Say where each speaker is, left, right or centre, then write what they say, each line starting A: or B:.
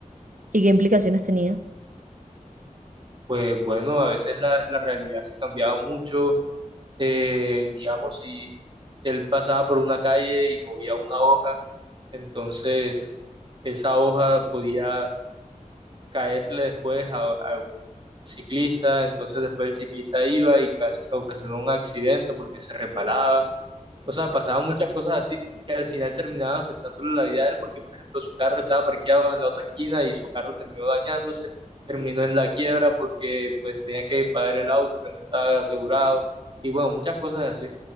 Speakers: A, on the right (about 75°); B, on the right (about 35°).
A: ¿Y qué implicaciones tenía?
B: Pues bueno, a veces la, la realidad se cambiaba mucho eh, digamos, si él pasaba por una calle y movía una hoja, entonces esa hoja podía caerle después a, a un ciclista, entonces después el ciclista iba y casi- ocasionó un accidente porque se resbalaba, o sea, pasaban muchas cosas así que al final terminaban afectándole la vida a él porque, por ejemplo, su carro estaba parqueado en la otra esquina y su carro terminó dañándose, terminó en la quiebra porque pues tenía que pagar el auto que no estaba asegurado y bueno, muchas cosas así.